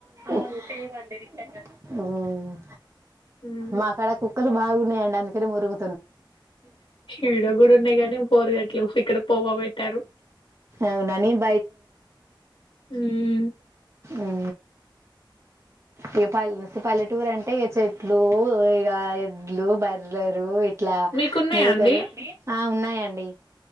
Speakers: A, on the right; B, on the left.
A: అవును సేమ్ అండి నిజంగానే మ్
B: హ్మ్.
A: మాక్కడ కు క్కలు బాగున్నాయండి అందుకని మొరుగు
B: ఈడ కూడా ఉన్నాయి కాని మొరగట్లేవు ఇక్కడ పోగబెట్టారు
A: అవునా నేను
B: మ్
A: ఊ ఇక పల్లె పల్లెటూరు అంటే ఇక చెట్లు ఇక ఎడ్లు బర్రెలు ఇ ట్లా
B: మీకున్నాయా
A: ఈగలు
B: అండి
A: ఆ ఉన్నా యి అండి